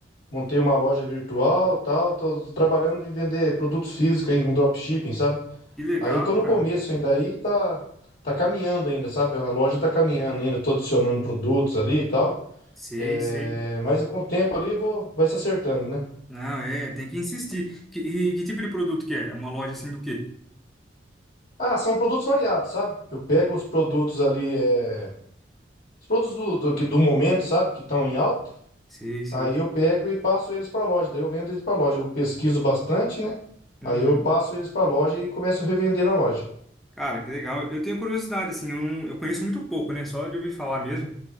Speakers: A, on the left; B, in the centre.
A: montei uma loja virtual, tal, tô trabalhando em vender produtos físicos aí com dropshipping, sabe?
B: Que legal,
A: Aí tô no
B: cara.
A: começo ainda, aí tá, tá caminhando ainda, sabe? A loja tá caminhando ainda, tô adicionando produtos ali e tal.
B: Sei,
A: É,
B: sei.
A: mas com o tempo ali eu vou, vai se acertando, né?
B: Não, é, tem que insistir. Que- e que tipo de produto que é? É uma loja assim do quê?
A: Ah, são produtos variados, sabe? Eu pego os produtos ali, é, os produtos do, do, que- do momento, sabe? Que estão em alta.
B: Sei, sei.
A: Aí eu pego e passo eles para loja, daí eu vendo eles para loja. Eu pesquiso bastante, né?
B: Uhum.
A: Aí eu passo eles para loja e começo a revender na loja.
B: Cara, que legal. Eu tenho curiosidade, assim, eu, não- eu conheço muito pouco, né? Só de ouvir falar mesmo.